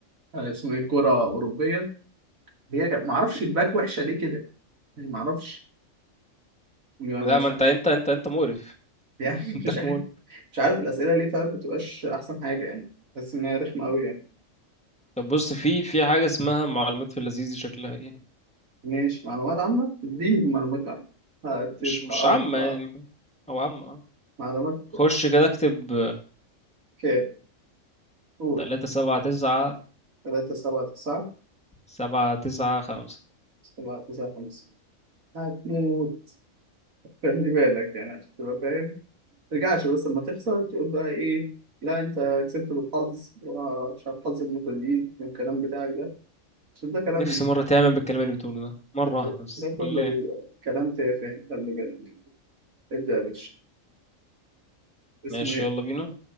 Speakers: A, on the right; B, in the centre.
A: اسمه إيه كرة أوروبية هي جا- معرفش الباك وحشة ليه كده يعني معرفش يعني
B: لا
A: مش
B: ما انت
A: عارف
B: انت انت انت مقرف
A: <laughs> يعني
B: <laughs> انت
A: مش
B: مقرف
A: عارف مش عارف الأسئلة ليه فاهم متبقاش أحسن حاجة يعني بس إن هي رخمة أوي يعني
B: طب بص في في حاجه اسمها معلومات في اللذيذ شكلها ايه
A: ماشي معلومات عامة اديني في معلومات عامة هتتقطع
B: مش مش عامه يعني او عامه
A: معلومات
B: خش كده اكتب
A: كام قول
B: تلاتة سبعة تسعة
A: تلاتة سبعة تسعة
B: سبعة تسعة خمسة
A: سبعة تسعة خمسة هتموت خلي بالك يعني عشان تبقى فاهم مترجعش بس لما تخسر تقول بقى ايه لا انت كسبت بالحظ ومش عارف حظ المتدربين والكلام بتاعك ده عشان ده كلام
B: نفسي مرة تعمل بالكلام اللي بتقوله ده مرة
A: ده,
B: واحدة
A: كله-
B: بس
A: ده كله
B: لله
A: بيبقى كلام تافه خلي بالك ابدأ يا باشا اسمه
B: ماشي
A: ايه؟
B: يلا بينا